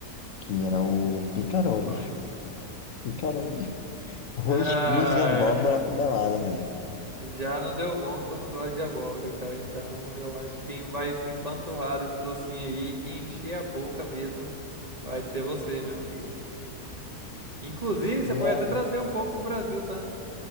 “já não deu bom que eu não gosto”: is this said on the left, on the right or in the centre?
Right